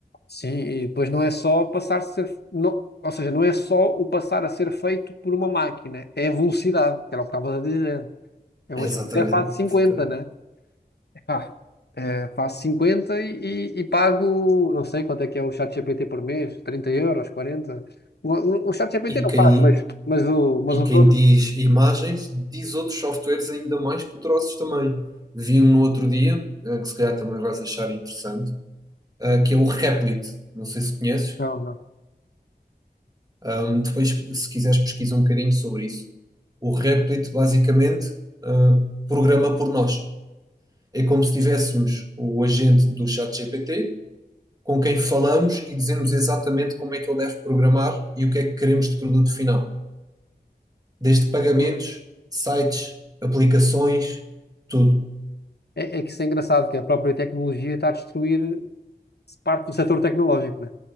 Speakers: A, on the left (about 85°); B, on the right (about 20°).
A: Sim, e depois não é só passar a ser, não, ou seja, não é só o passar a ser feito por uma máquina, é a velocidade, que era o que estavas a dizer. Eu
B: Exatamente,
A: hoje até faço 50,
B: exatamente.
A: né? Epá, eh, faço 50 e, e- e pago, não sei quanto é que é o ChatGPT por mês, 30 euros, 40. O, o, o ChatGPT
B: E
A: não
B: quem,
A: faz, mas, mas, o, mas
B: E
A: os
B: quem
A: outros,
B: diz imagens, diz outros softwares ainda mais poderosos também. Vi um no outro dia, eh, que se calhar também vais achar interessante, eh, que é o Replit. Não sei se conheces.
A: não,
B: Ahm, depois, se quiseres, pesquisa um bocadinho sobre isso. O Replit, basicamente, ah, programa por nós. É como se tivéssemos o agente do ChatGPT com quem falamos e dizemos exatamente como é que ele deve programar e o que é que queremos de produto final. Desde pagamentos,
A: não.
B: sites, aplicações, tudo.
A: É, é que isso é engraçado, que a própria tecnologia está a destruir parte do setor tecnológico, né?